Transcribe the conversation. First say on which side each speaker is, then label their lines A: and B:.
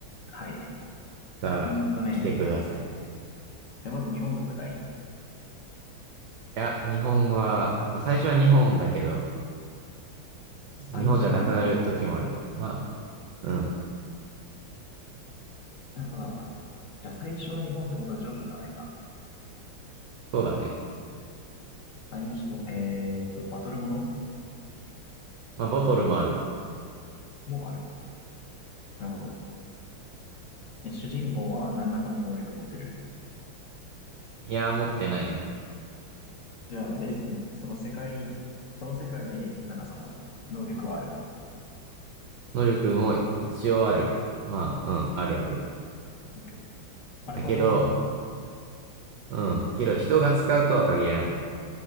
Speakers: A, on the left; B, on the right.
A: あ、はい。
B: さあ、
A: うーんとね、
B: 来てください。
A: じゃあまず日本が舞台。
B: いや、日本は、まあ最初は日本だけど、
A: 最初は日本。
B: 日本じゃなくなる時もある。まあ、うん、
A: なるほど。じゃあ最初が日本ってことはジョジョじゃないか。
B: そうだね。
A: 最初、えーっと、バトルもの
B: まあ、ボトルもある。
A: もある。なるほど。で主人公は何らかの能力を持ってる。
B: いや、持ってないね。
A: じゃあ、ですその世界、その世界で、なんかその能力はある。
B: 能力も一応ある。まあ、うん、あるある。
A: OK あれ、
B: だけど、
A: バトルものなんだっけ
B: うん、けど人が使うとは限らない。